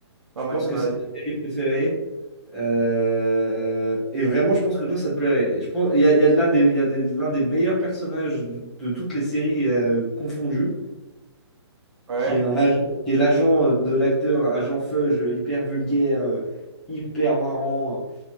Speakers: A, on the right; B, in the centre.
A: Ouais,
B: je
A: on m'a
B: pense
A: dit de
B: que
A: regarder.
B: c'est ma série préférée. Euh, et vraiment, je pense que toi, ça te plairait. Et Je pense, il y a, il y a de là des, il y a des- l'un des meilleurs personnages de, de toutes les séries euh, confondues,
A: Ouais.
B: qui est un agent, qui est l'agent euh, de l'acteur, agent Feuge, hyper vulgaire, euh, hyper marrant.